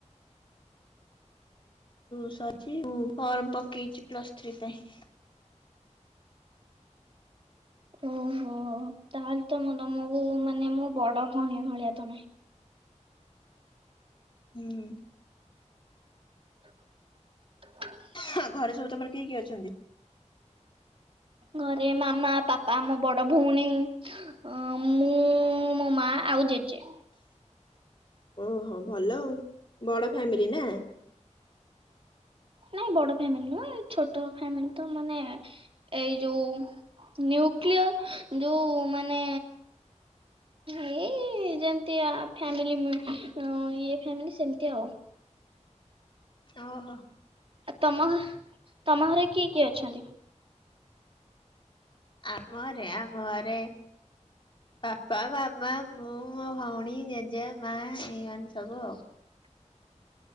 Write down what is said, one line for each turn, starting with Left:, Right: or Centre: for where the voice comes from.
Left: <inaudible> ଫର୍ମ ପକେଇଚି ପ୍ଲସ ଥ୍ରୀ ପାଇଁ।
Right: ଓହୋ, ତାହେଲେ <unintelligible> ତମକୁ ମାନେ ମୋ ବଡ ଭଉଣୀ ଭଳିଆ ତମେ।
Left: ହୁଁ।
Right: ହଁ <unintelligible>
Left: <unintelligible> ଘରେ ସବୁ ତମର କିଏ-କିଏ ଅଛନ୍ତି?
Right: ଘରେ ମାମା ପାପା ମୋ ବଡ ଭଉଣୀ ଅଁ ମୁଁ ମୋ ମା ଆଉ ଜେଜେ।
Left: ଓହୋ ଭଲ ଆଉ, ବଡ ଫ୍ୟାମିଲି ନା?
Right: ନାଇଁ ବଡ ଫ୍ୟାମିଲି ନୁହଁ ଏ ଛୋଟ ଫ୍ୟାମିଲି ତ ମାନେ ଏଇ ଯୋଉ ନ୍ୟୁକ୍ଲିୟର୍ ଯୋଉ ମାନେ ଏଇ ଯେମ୍ତିଆ ଫ୍ୟାମିଲି <unintelligible> ଅଁ ଫ୍ୟାମିଲି ସେମ୍ତି ଆଉ।
Left: ଓହୋ
Right: ଆ ତମ ଘ ତମ ଘରେ କିଏ-କିଏ ଅଛନ୍ତି?
Left: ଆମ ଘରେ, ଆମ ଘରେ ପାପା ମାମା ମୁଁ ମୋ ଭଉଣୀ ଜେଜେ ମା ଏଇମାନେ ସବୁ ଆଉ।